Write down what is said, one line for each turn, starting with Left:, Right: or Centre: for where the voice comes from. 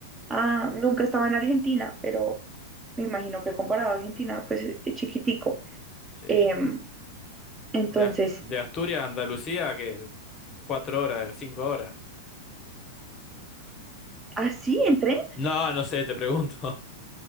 Right: a, nunca estaba en Argentina, pero me imagino que comparado a Argentina, pues es chiquitico.
Left: sí.
Right: Em, entonces,
Left: De, As- de Asturias a Andalucía, que cuatro horas, cinco horas.
Right: ¿así entré?
Left: No, no sé, te pregunto.